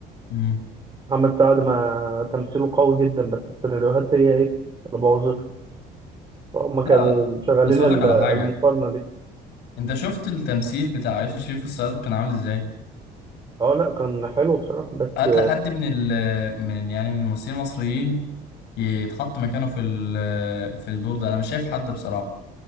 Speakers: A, on the left; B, on the right.
A: مم.
B: محمد سعد ما تمثيله قوي جدا بس السيناريوهات هي إيه اللي بوظته فهم كانوا
A: لا
B: شغالين
A: بس أقول
B: ال-
A: لك على
B: المقارنة
A: حاجة
B: دي
A: أنت شفت التمثيل بتاع يوسف شريف في الصياد كان عامل إزاي؟
B: اه لا كان حلو بصراحة بس
A: هات لحد من ال من يعني من الممثلين المصريين يتحط مكانه في ال في الدور ده أنا مش شايف حد بصراحة